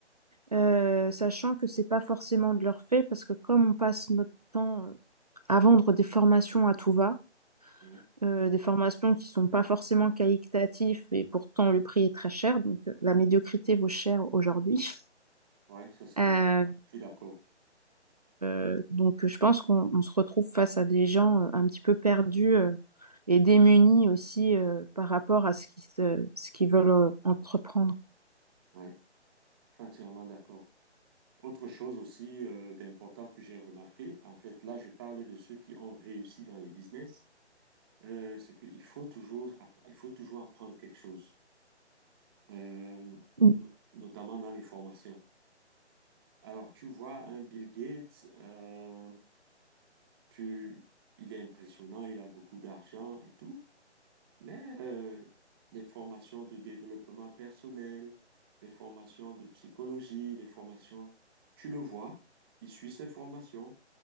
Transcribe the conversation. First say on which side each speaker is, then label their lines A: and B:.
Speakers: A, on the right; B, on the right.
A: Euh, sachant que c'est pas forcément de leur fait parce que comme on passe notre temps euh, à vendre des formations à tout va,
B: ouais,
A: euh, des formations qui sont pas forcément qualitatives et pourtant le prix est très cher, donc euh, la médiocrité vaut cher aujourd'hui.
B: ouais, ça c'est
A: <laughs>
B: vrai. Je suis d'accord.
A: Euh, donc, je pense qu'on on se retrouve face à des gens euh, un petit peu perdus euh, et démunis aussi euh, par rapport à ce qu'ils se- ce qu'ils veulent euh, entreprendre.
B: Ouais, je suis entièrement d'accord. Autre chose aussi euh, d'important que j'ai remarqué, en fait, là, je parle de ceux qui ont réussi dans les business, euh, c'est qu'il faut toujours, app- il faut toujours apprendre quelque chose, euh,
A: Mm,
B: notamment dans les formations. Alors, tu vois, un Bill Gates, euh, tu, il est impressionnant, il a beaucoup d'argent et tout, mais euh, les formations de développement personnel, les formations de psychologie, les formations, tu le vois, il suit ses formations.